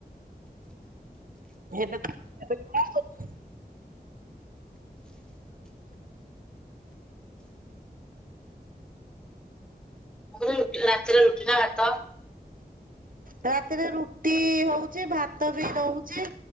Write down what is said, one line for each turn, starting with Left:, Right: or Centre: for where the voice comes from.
Right: ଏବେ ଖା କରୁଚ?
Centre: ମୁଁ କହିଲି ରାତିରେ ରୁଟି ନାଁ ଭାତ?
Right: ରାତିରେ ରୁଟି ହଉଚି ଭାତ ବି ରହୁଚି